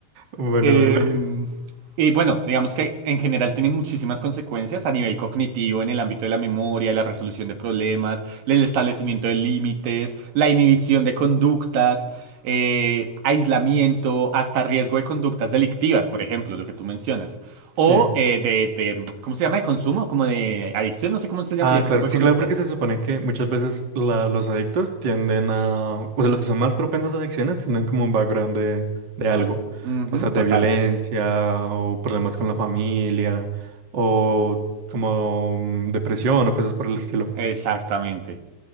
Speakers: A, on the right (about 35°); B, on the right (about 75°).
A: Bueno,
B: Em,
A: bueno.
B: y bueno, digamos que en general tiene muchísimas consecuencias a nivel cognitivo, en el ámbito de la memoria, la resolución de problemas, el establecimiento de límites, la inhibición de conductas, eh, aislamiento, hasta riesgo de conductas delictivas, por ejemplo, lo que tú mencionas.
A: Sí.
B: O eh, de, de, ¿cómo se llama? De consumo, como de adicción, no sé cómo se llamaría
A: Ah,
B: ese
A: claro.
B: tipo de
A: Sí,
B: conductas.
A: claro, porque se supone que muchas veces la- los adictos tienden a, o sea, los que son más propensos a adicciones tienen como un background de, de algo,
B: Ujú,
A: o sea, de
B: total,
A: violencia o problemas con la familia o como mm, depresión o cosas por el estilo.
B: exactamente.